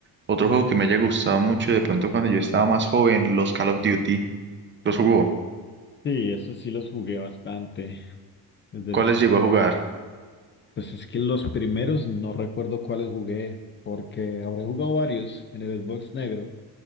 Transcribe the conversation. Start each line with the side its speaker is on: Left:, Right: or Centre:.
Right: Otro juego que me haya gustado mucho de pronto cuando yo estaba más joven, los Call of Duty. ¿Los jugó?
Left: Sí, eso sí los jugué bastante, desde
Right: ¿Cuáles
Left: los
Right: llegó a jugar?
Left: Pues es que los primeros no recuerdo cuáles jugué, porque habré jugado varios en el Xbox negro,